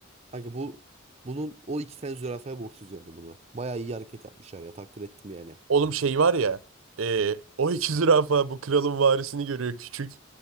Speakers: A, on the right (about 30°); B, on the right (about 75°).
A: kanka bu bunun o iki tane zürafaya borçluyuz yani bunu. Bayağı iyi hareket yapmışlar ya takdir ettim yani.
B: Oğlum şey var ya. e, o iki zürafa bu kralın varisini görüyor küçük.